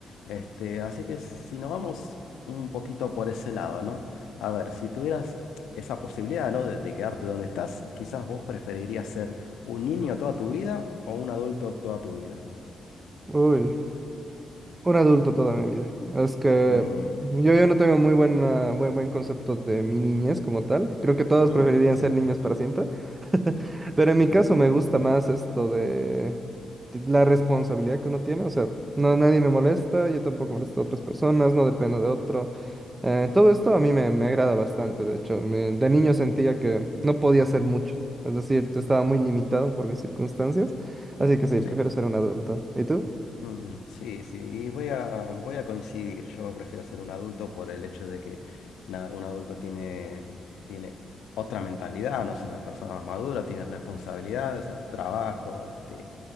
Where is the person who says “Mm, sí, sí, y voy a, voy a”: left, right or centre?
Left